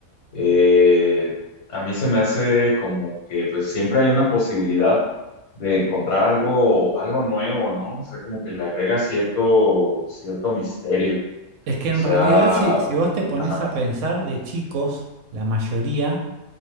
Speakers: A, on the left; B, on the right.
A: Eh, a mí se me hace como que pues siempre hay una posibilidad de encontrar algo, algo nuevo, ¿no? O sea, como que le agrega cierto, cierto misterio.
B: Es que
A: O
B: en
A: sea,
B: realidad, si, si vos te pones
A: ajá,
B: a pensar de chicos, la mayoría,